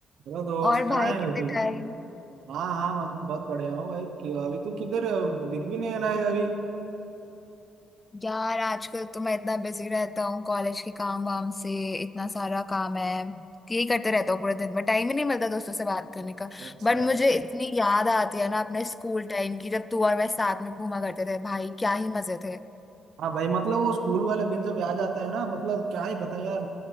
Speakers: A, on the right; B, on the left.
A: Hello दोस्त
B: और
A: कहाँ
B: भाई
A: है
B: कितने
A: अभी
B: टाइम
A: हाँ हाँ मैं तो बहुत बढ़िया हूँ भाई कि- अभी तू किधर है? दिख भी नहीं रहा है अभी
B: यार आजकल तो मैं इतना बिजी रहता हूँ कॉलेज के काम वाम से इतना सारा काम है कि यही करते रहता हूँ पूरे दिन में टाइम ही नहीं मिलता दोस्तों से बात करने का
A: अच्छा
B: बट मुझे इतनी याद आती है ना अपने स्कूल टाइम की जब तू और मैं साथ में घूमा करते थे भाई क्या ही मजे थे
A: हाँ भाई मतलब वो स्कूल वाले दिन जब याद आता है ना मतलब क्या ही बता यार